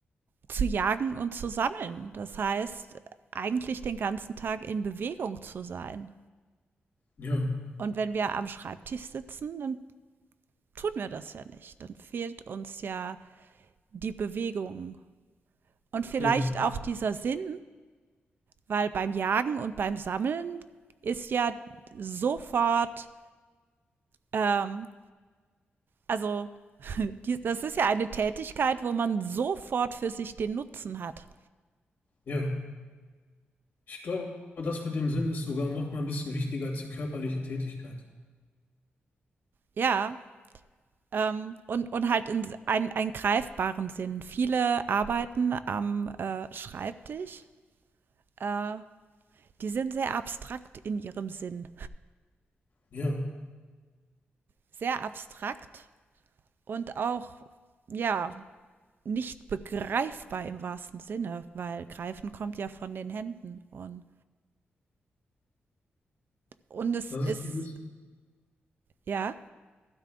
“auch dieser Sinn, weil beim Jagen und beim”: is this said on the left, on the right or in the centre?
Right